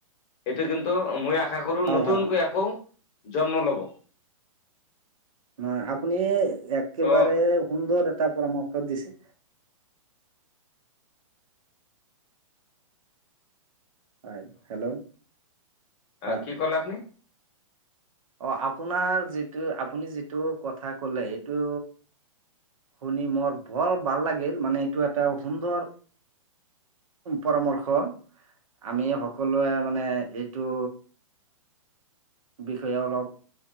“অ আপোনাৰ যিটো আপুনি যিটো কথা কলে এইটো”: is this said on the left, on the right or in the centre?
Right